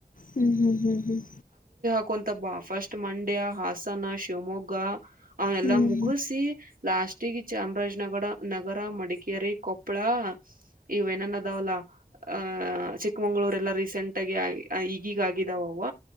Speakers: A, on the left; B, on the right.
A: ಹ್ಮ್ ಹ್ಮ್ ಹ್ಮ್ ಹ್ಮ್
B: ಹಾಕ್ಕೊಂತ ಬಾ ಫಸ್ಟ್ ಮಂಡ್ಯ ಹಾಸನ ಶಿವಮೊಗ್ಗ ಅವನೆಲ್ಲಾ
A: ಹ್ಮ್
B: ಮುಗಿಸಿ
A: ಹ್ಮ್ ಹ್ಮ್ ಹ್ಮ್ ಹ್ಮ್ ಹ್ಮ್ ಹ್ಮ್
B: ಲಾಸ್ಟಗ ಚಾಮರಾಜನಗರ ನಗರ ಮಡಿಕೇರಿ ಕೊಪ್ಪಳ ಇವ ಏನನ ಅದಾವಲ್ಲ ಅಹ ಚಿಕ್ಕಮಂಗ್ಗಳೂರೆಲ್ಲಾ ರೀಸೆಂಟ್ ಆಗಿ ಈ ಈಗ ಆಗಿದಾವ್ವ